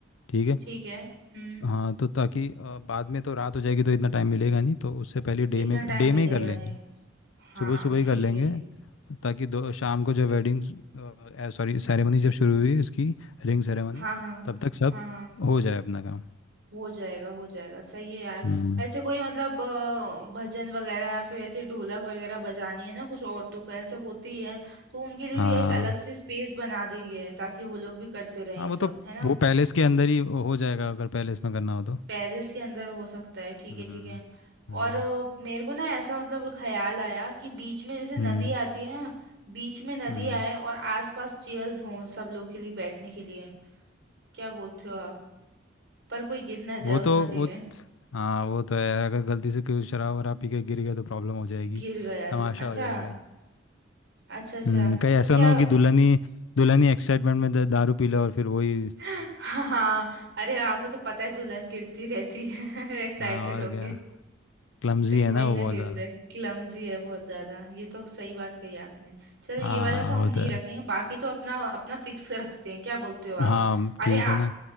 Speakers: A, on the left; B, on the right.
A: ठीक है
B: ठीक है हम्म
A: हाँ तो ताकि अ, बाद में तो रात हो जाएगी तो इतना टाइम मिलेगा नहीं तो उससे पहले डे
B: इतना
A: में
B: टाइम
A: डे
B: मिलेगा
A: में ही कर लेंगे
B: नहीं हाँ
A: सुबह सुबह ही
B: ठीक
A: कर लेंगे
B: है ठीक है
A: ताकि दो शाम को जब वेडिंग सॉरी सेरेमनी जब शुरू हुई इसकी रिंग सेरेमनी
B: हाँ हाँ
A: तब तक सब
B: हाँ हाँ
A: हो जाए अपना काम
B: हो जाएगा हो जाएगा सही है यार
A: हम्म
B: ऐसे कोई मतलब अ, भजन वगैरह या फिर ऐसे ढोलक वगैरह बजानी है ना कुछ औरतों को ऐसे होती है तो उनके लिए
A: हाँ
B: भी एक अलग से स्पेस बना देंगे ताकि वो लोग भी करते रहें
A: हाँ
B: ये
A: वो तो
B: सब है ना
A: वो पैलेस के अंदर ही हो जाएगा अगर पैलेस में करना हो तो
B: पैलेस के अंदर हो सकता है ठीक
A: हम्म
B: है ठीक है
A: हम्म
B: और अ, मेरे को ना ऐसा मतलब ख्याल आया कि बीच में जैसे नदी
A: हम्म
B: आती है ना बीच में नदी
A: हम्म।
B: आए और आसपास चेयर्स हों सब लोग के लिए बैठने के लिए क्या बोलते हो आप पर कोई गिर ना
A: वो
B: जाए
A: तो
B: उस नदी
A: वो
B: में
A: हाँ वो तो है अगर गलती से कोई शराब वराब पी के गिर गया तो प्रॉब्लम हो जाएगी
B: गिर गया
A: तमाशा
B: तो अच्छा
A: हो जाएगा
B: अच्छा अच्छा
A: हम्म कहीं ऐसा
B: तो क्या
A: ना हो कि दुल्हनी दुल्हनी एक्साइटमेंट में दा- दारू पी ले और फिर वही
B: <laughs> हाँ हाँ, अरे आपको तो पता है दुल्हन गिरती रहती है <laughs> एक्साइटेड
A: हाँ और
B: होके
A: क्या क्लमजी
B: कहीं
A: है
B: वही
A: ना वो
B: ना
A: बहुत
B: गिर
A: ज़्यादा
B: जाए क्लमजी है बहुत ज्यादा ये तो सही बात कही आपने चलो ये
A: हाँ
B: वाला तो हम
A: वो
B: नहीं
A: तो है
B: रखेंगे बाकी तो अपना अपना फिक्स रखते हैं क्या बोलते हो आप
A: हाँ
B: अरे
A: ठीक
B: आ,
A: है ना